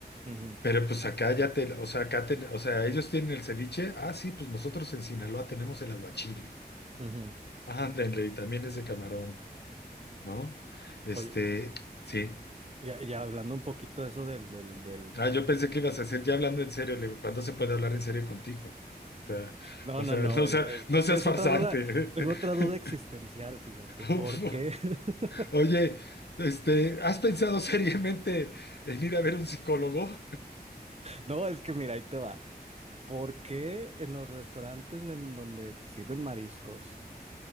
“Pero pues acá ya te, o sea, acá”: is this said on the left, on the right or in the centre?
Left